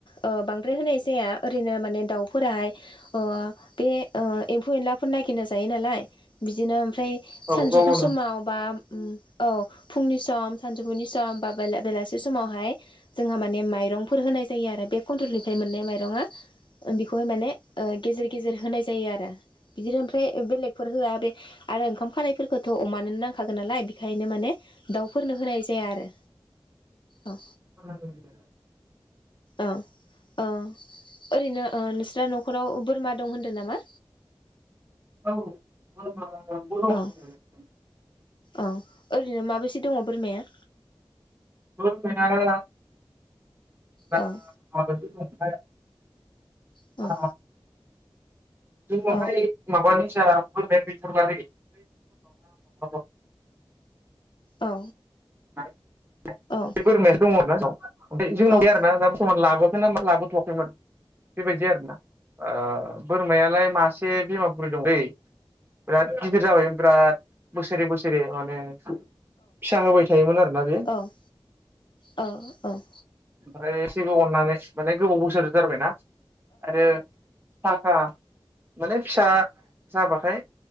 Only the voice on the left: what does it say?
ओ बांद्राय होनाय जाया ओरैनो माने दाउफोराहाय ओ बे ओ एम्फौ एनलाफोर नागिरना जायो नालाय बिदिनो ओमफाय
सानजौफु
समाव बा उम औ फुंनि सम सानजौफुनि सम बा बेला-बेलासे समावहाय जोंहा माने माइ रंफोर होनाय जायो आरो। बे कनत्रेलनिफ्राय मोननाय माइरंआ बि खौहाय माने ओ गेजेर गेजेर होनाय जायो आरो। बिदिनो ओमफ्राय बेलेगफोर होआ बे आरो ओंखाम खानायफोरखौथ' अमानोनो नांखागोन नालाय बिखायनो माने दाउफोरनो होनाय जाया आरो औ।
औ औ ओरैनो ओ नोंस्रा न'खराव बोरमा दं होनदो नामा?
औ औ ओरैनो माबेसे दङ' बोरमाया?
औ औ
औ
औ।
औ
औ
औ
अह अह अह।